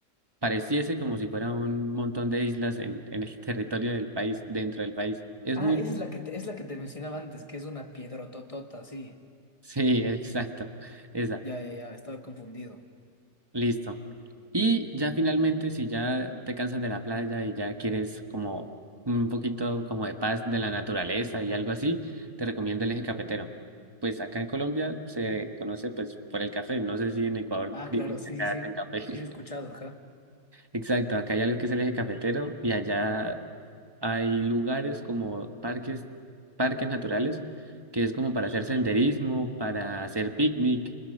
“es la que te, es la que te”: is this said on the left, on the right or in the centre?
Left